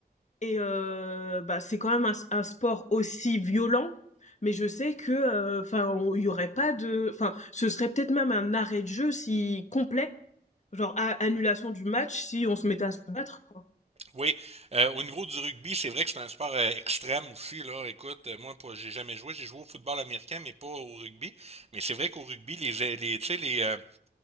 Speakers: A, on the left; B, on the right.
A: Et heu, bah, c'est quand même un s un sport aussi violent, mais je sais que, enfin, il y aurait pas de enfin, ce serait peut-être même un arrêt de jeu si complet, genre a annulation du match si on se mettait à se battre, quoi.
B: Oui, euh, au niveau du rugby, c'est vrai que c'est un sport euh, extrême aussi, là. Écoute, euh, moi, pas- j'ai jamais joué. J'ai joué au football américain, mais pas au rugby. Mais c'est vrai qu'au rugby, les, euh, les, tu sais, les, euh,